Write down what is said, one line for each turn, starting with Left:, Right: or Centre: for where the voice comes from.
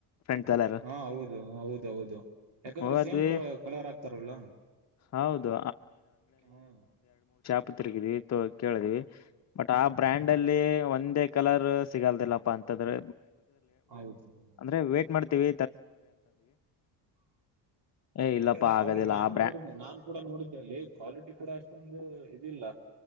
Left: ಫ್ರೆಂಡ್ಸ್ ಎಲ್ಲಾರು
Right: ಹಾ ಹೌದು ಹೌದೌದು ಯಾಕಂದ್ರೆ
Left: ಹೋದ್ವಿ
Right: ಸೇಮ್ ಕಲರ್ ಹಾಕ್ತಾರಲ್ಲ
Left: ಹೌದು
Right: ಹ್ಮ
Left: <unintelligible> ಕೇಳಿದಿವಿ ಬಟ್ ಆ ಬ್ರ್ಯಾಂಡ್ ಲ್ಲಿ ಒಂದೇ ಕಲರ್ ಸಿಗಲ್ದಿಲ್ಲಪ್ಪ ಅಂತ್ ದ್ರೆ
Right: ಹೌದು
Left: ಅಂದ್ರೆ ವೇಟ್ ಮಾಡ್ತ್ ತೀವಿ ಏ ಇಲ್ಲಪ್ಪಾ
Right: ಯಾಕಂದ್ರೆ
Left: ಆಗದಿಲ್ಲ
Right: ಅವನು ನಾನು
Left: ಆ ಬ್ರ್ಯಾ
Right: ನೋಡಿದ್ದೆ ನಾನ್ ಕೂಡ ನೋಡಿದ್ದೆ ಅಲ್ಲಿ ಕ್ವಾಲಿಟಿ ಕೂಡ ಅಷ್ಟೊಂದು ಇದಿಲ್ಲ